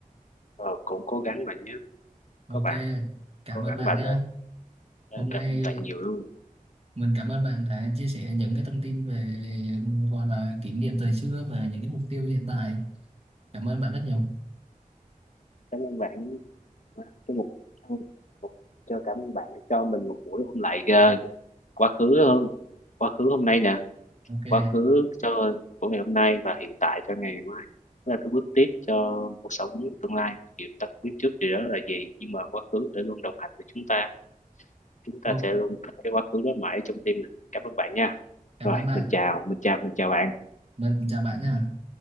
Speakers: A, on the left; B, on the right.
A: ờ, cũng cố gắng bạn nhé
B: ok
A: các bạn
B: cảm
A: cố
B: ơn
A: gắng
B: bạn
A: bạn
B: nha
A: ơi Ờ,
B: hôm nay
A: cảm ơn bạn nhiều luôn
B: mình cảm ơn bạn đã chia sẻ những cái thông tin về gọi là kỷ niệm thời xưa và những cái mục tiêu hiện tại cảm ơn bạn rất nhiều
A: cảm ơn bạn cái một một- cho cảm ơn bạn đã cho mình một buổi hôm lại ờ, quá khứ hơn quá khứ hôm nay nè
B: ok
A: quá khứ cho của ngày hôm nay và hiện tại cho ngày mai Đó là cái bước tiếp cho cuộc sống tương lai thì chúng ta không biết trước điều đó là gì nhưng mà quá khứ sẽ luôn đồng hành với chúng ta chúng ta
B: Ô,
A: sẽ luôn thích cái quá khứ đó mãi trong tim mình cảm ơn bạn nha
B: cảm
A: rồi
B: ơn bạn
A: mình chào mình chào mình chào bạn
B: mình cũng chào bạn nha